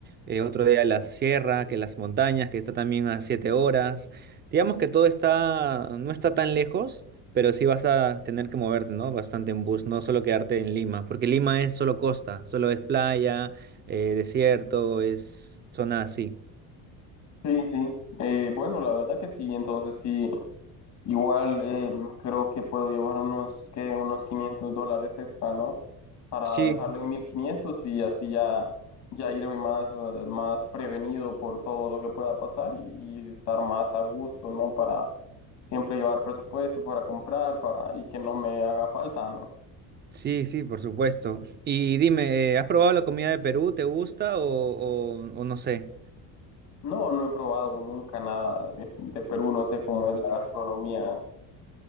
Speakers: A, on the right (about 25°); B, on the left (about 45°).
A: eh, otro día a la sierra, que las montañas, que está también a 7 horas. Digamos que todo está, no está tan lejos pero sí vas a tener que moverte, ¿no? Bastante en bus, no solo quedarte en Lima, porque Lima es solo costa, solo es playa, eh, desierto, es zona así.
B: Sí, sí. Eh, bueno, la verdad que sí. Entonces sí, igual eh, creo que puedo llevar unos, que Unos 500 dólares extra, ¿no? Para
A: Sí,
B: dejarlo en 1500 y así ya, ya irme más, eh, más prevenido por todo lo que pueda pasar y, y estar más a gusto, ¿no? Para siempre llevar presupuesto para comprar, para y que no me haga falta, ¿no?
A: sí, sí, por supuesto. Y dime, eh, ¿has probado la comida de Perú? ¿Te gusta o, o- o no sé?
B: No, no he probado nunca nada de, de Perú, no sé cómo es la gastronomía.